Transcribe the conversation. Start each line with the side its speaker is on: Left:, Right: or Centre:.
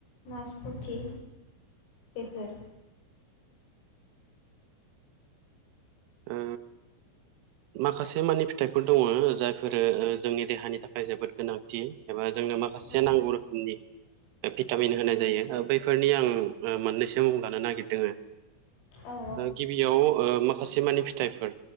Left: नासपथि बेफोर
Right: <inaudible> ओ माखासे मानि फिथाइफोर दङ जायफोरो जोंनि देहानि थाखाय जोबोद गोनांथि एबा जों नो माखासे
Left: औ
Right: नांगौ रोखोमनि भिटामिन होनाय जायो बैफोरनि आं मोननैसो मुं लानो नागिरदों
Left: औ
Right: गिबियाव माखासे मानि फिथाइफोर